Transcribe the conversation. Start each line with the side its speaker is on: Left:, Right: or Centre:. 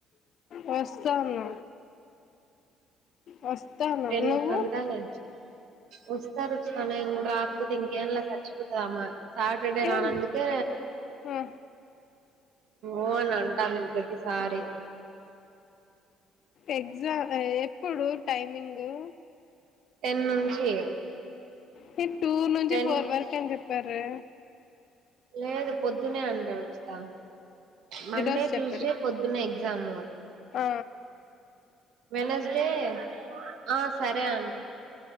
Left: వస్తాను వస్తాను
Right: టెన్
Left: నువ్వు
Right: కంటాలే వస్తా రుచితా నేను కూడా రాకపోతే ఇంకా ఏమి లే సచ్చిపోతాదమే సాటర్డే రాను
Left: ఏం
Right: అందుకే
Left: ఆ
Right: ఓ అని అంటా నేను ప్రతి సారి
Left: ఎగ్జామ్ ఎప్పుడు టైమింగు
Right: టెన్ నుంచి
Left: మీరు టూ నుంచి
Right: టెన్
Left: ఫోర్ వరకు అని చెప్పారే
Right: లేదు పొద్దునే అంటారు వా మండే
Left: ఈరోజు చెప్పారు
Right: ట్యూస్డే పొద్దునే దమే
Left: ఆ
Right: వెనస్డే ఆ సరే అండి